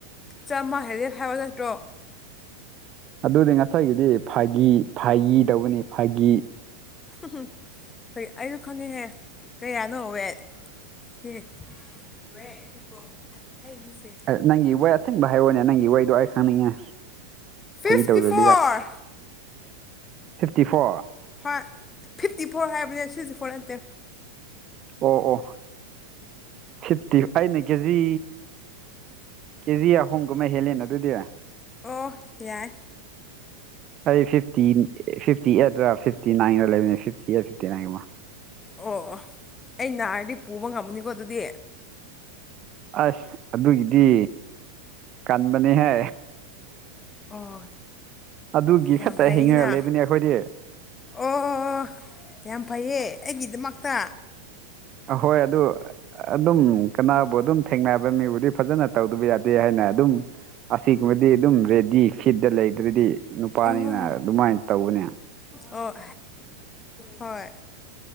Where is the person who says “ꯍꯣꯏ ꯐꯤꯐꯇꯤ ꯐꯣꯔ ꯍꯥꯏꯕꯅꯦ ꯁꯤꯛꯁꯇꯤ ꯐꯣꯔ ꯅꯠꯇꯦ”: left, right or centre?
Left